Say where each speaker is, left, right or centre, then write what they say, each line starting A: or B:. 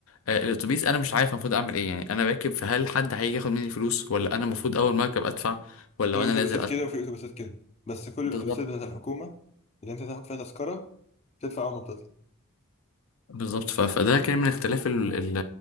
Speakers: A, on the left; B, on the left.
A: آه الاتوبيس انا مش عارف المفروض اعمل ايه يعني انا راكب فهل حد هيجي ياخد مني فلوس ولا انا المفروض اول ما اركب ادفع ولا
B: في
A: وانا
B: اتوبيسات
A: نازل ادفع
B: كده وفي اتوبيسات كده بس كل
A: بالظبط
B: الاتوبيسات بتاعت الحكومة اللي انت تاخد فيها تذكرة تدفع اول ما بتطلع
A: بالظبط ف- فده كان من اختلاف ال ال